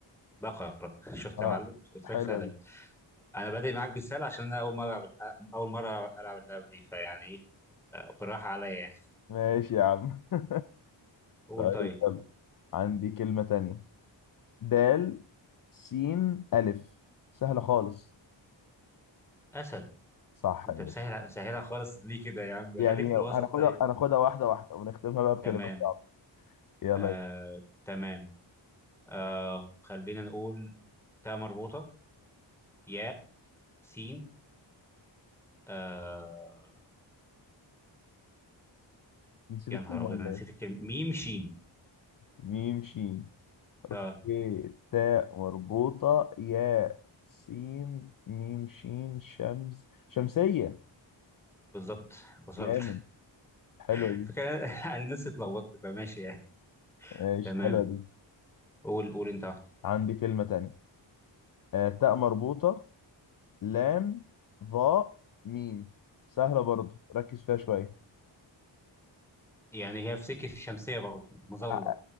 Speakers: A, in the centre; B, on the left (about 45°).
A: بقره <laughs> شفت
B: اه
A: يا معلم قلت
B: حلوة
A: لك سهله
B: دي
A: انا بادئ معاك بالسهل عشان انا اول مره ألعب اول مره العب اللعبه دي فيعني ايه آه، بالراحه عليا يعني
B: ماشي يا عم <laughs>
A: قول
B: طيب
A: طيب
B: يلا عندي كلمة تانية دال سين ألف سهلة خالص
A: اسد
B: صح
A: انت
B: يا باشا
A: مسهل مسهلها خالص ليه كده يا عم
B: يعني
A: خليك في الوسط
B: هناخدها
A: طيب
B: هناخدها واحدة واحدة ونختمها بقى بكلمات
A: تمام
B: صعبة يلا
A: آه
B: يا باشا.
A: تمام آه خلينا نقول تاء مربوطه ياء سين آه
B: نسيت
A: يا
B: الكلمة
A: نهار ابيض
B: ولا
A: انا نسيت
B: ايه؟
A: الكلمه ميم شين
B: ميم شين
A: اه
B: ي تاء مربوطة يا سين ميم شين شمس شمسية
A: بالظبط وصلت
B: جامد حلوة
A: <laughs>
B: دي
A: فكان انا نفسي اتلخبطت فماشي يعني
B: ماشي
A: تمام
B: حلوة دي
A: قول قول انت واحده
B: عندي كلمة تانية آه، تاء مربوطة لام ظاء ميم سهلة برضو ركز فيها شوية
A: يعني هي في سكه الشمسيه برضه مظله
B: ع-